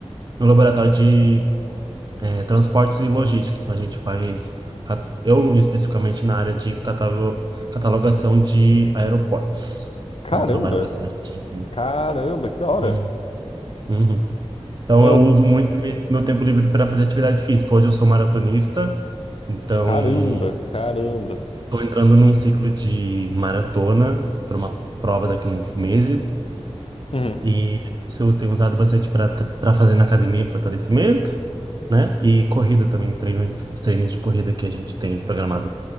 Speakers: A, on the right (about 40°); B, on the left (about 55°).
A: no laboratório de eh, transportes e logística. Então, a gente faz, ca- eu especificamente na área de catalo- catalogação de aeroportos.
B: Caramba.
A: Então, eu trabalho bastante.
B: Caramba, que da hora.
A: Uhum. Uhum. Então,
B: É, eu-
A: eu uso muito me- meu tempo livre para fazer atividade física. Hoje eu sou maratonista, então.
B: caramba, caramba.
A: Estou entrando num ciclo de maratona para uma prova daqui a uns meses
B: Uhum.
A: e isso eu tenho usado bastante para para fazer na academia fortalecimento, né? E corrida também, o treino, os treinos de corrida que a gente tem programado